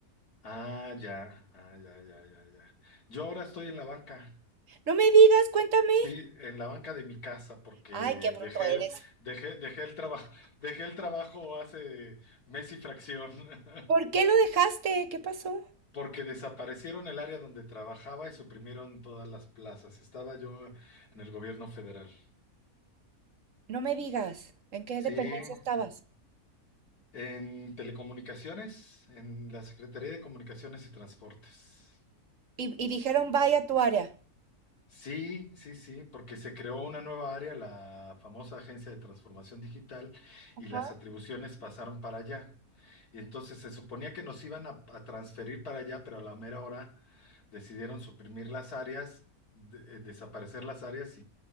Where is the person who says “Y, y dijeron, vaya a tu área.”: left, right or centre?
Right